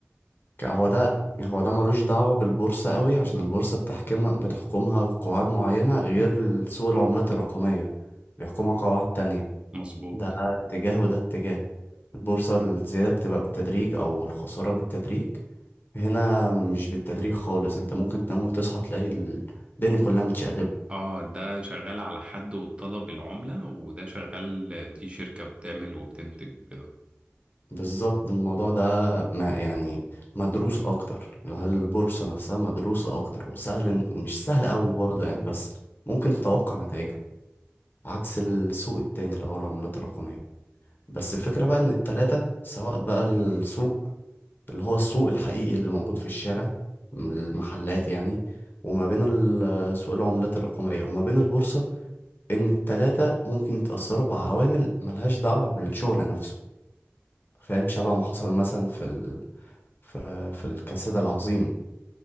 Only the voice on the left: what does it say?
ك- هو ده هو ده ملوش دعوة بالبورصة قوي عشان البورصة بتحكمها بتحكمها قواعد معينة غير سوق العملات الرقمية بيحكمها قواعد تانية
ده اتجاه وده اتجاه البورصة الزيادة بتبقى بالتدريج أو الخسارة بالتدريج هنا مش بالتدريج خالص انت ممكن تنام وتصحى تلاقي الدنيا كلها متشقلبة
بالظبط الموضوع ده ما يعني مدروس اكتر هل البورصة نفسها مدروسة اكتر وسهل إن- ومش سهل قوي برضه يعني بس ممكن تتوقع نتائجها عكس السوق التاني اللي هو العملات الرقمية بس الفكرة بقى ان التلاتة سواء بقى السوق اللي هو السوق الحقيقي اللي موجود في الشارع المحلات يعني وما بين ال- سوق العملات الرقمية وما بين البورصة ان التلاتة ممكن يتأثروا بعوامل ملهاش دعوة بالشغل نفسه فاهم شبه ما حصل مثلا في في في الكساد العظيم